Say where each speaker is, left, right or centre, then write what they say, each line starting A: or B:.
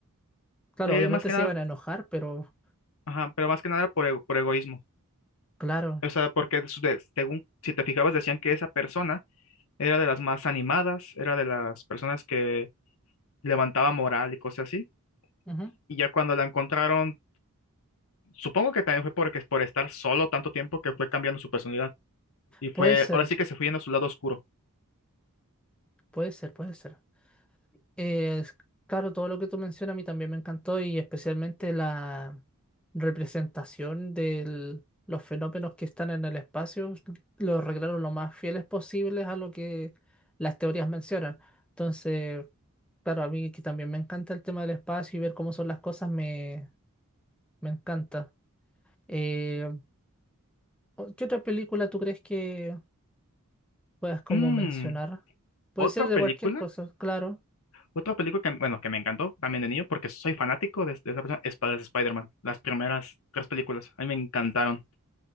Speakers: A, in the centre; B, on the left.
A: Claro,
B: Eh,
A: obviamente
B: más que
A: se
B: nada,
A: iban a enojar, pero
B: ajá, pero más que nada por, ego- por egoísmo.
A: claro,
B: O sea, porque su- de- según, si te fijabas, decían que esa persona era de las más animadas, era de las personas que levantaba moral y cosas así.
A: ujú.
B: Y ya cuando la encontraron, supongo que también fue porque por estar solo tanto tiempo que fue cambiando su personalidad. Y fue,
A: Puede ser,
B: ahora sí que se fue yendo a su lado oscuro.
A: puede ser, puede ser. Eh, es- claro, todo lo que tú mencionas a mí también me encantó y especialmente la representación de los fenómenos que están en el espacio, los arreglaron lo más fieles posibles a lo que las teorías mencionan. Entonces, claro, a mí que también me encanta el tema del espacio y ver cómo son las cosas me, me encanta. Eh, o- ¿qué otra película tú crees que puedas como
B: Mm,
A: mencionar? Puede
B: otra
A: ser de
B: película,
A: cualquier cosa, claro.
B: otra película que, bueno, que me encantó también de niño porque soy fanático de, de esa persona, es para Spider-Man. Las primeras tres películas, a mí me encantaron.